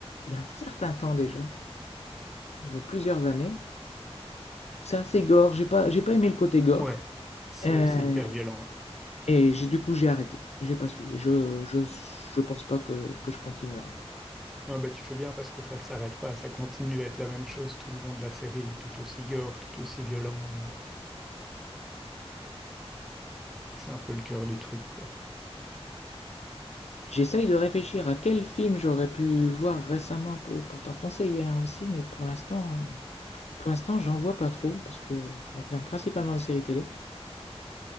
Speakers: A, on the left; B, in the centre.
A: il y a un certain temps déjà, je- plusieurs années. C'est assez gore, j'ai pas, j'ai pas aimé le côté gore.
B: Ouais, c'est
A: Euh,
B: c'est hyper violent. Ouais.
A: Et j'ai, du coup, j'ai arrêté. J'ai pas suivi. Je, je, je pense pas que, que je continuerai.
B: Non, bah, tu fais bien parce que ça s'arrête pas, ça continue à être la même chose tout le long de la série, et tout aussi gore, tout aussi violent. euh. C'est un peu le cœur du truc, quoi.
A: J'essaye de réfléchir à quel film j'aurais pu voir récemment pour, pour t'en conseiller un aussi, mais pour l'instant, pour l'instant, j'en vois pas trop parce que on regarde principalement des séries télé.